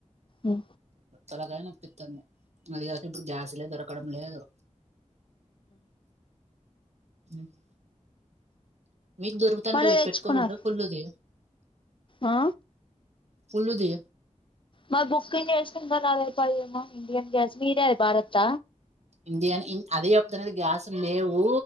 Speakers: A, on the left (about 45°); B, on the right (about 60°).
A: ఉ
B: తలాకాయ్ నొప్పిత్తంది అది కాదు ఇప్పుడు గ్యాస్ లే దొరకడం లేదు. <inaudible> మీకు దొరుకుతంటే
A: మరి
B: ఒక్కటి
A: తెచ్చుకున్నారు
B: పెట్టుకోకూడదా ఫుల్ ది.
A: ఆ
B: ఉల్లుది
A: మాద్ బుకింగ్ చేసినా ఇంకా రాలేదుపా ఏమో ఇండియన్ గ్యాస్ మీది యాది భారత్త.
B: ఇండియా నే అదే చెప్తానేది గ్యాస్ లేవు